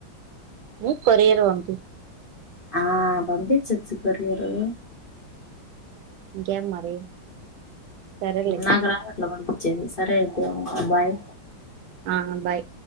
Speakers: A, on the right; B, on the left.
A: ఉ కొరియర్ పంపి
B: ఆ పంపించచు కొరియరూ
A: ఇంకేం మరి సరేలే
B: నాకు రావట్లా పంపించేది సరే అయితే ఉంట బాయ్
A: ఆ బాయ్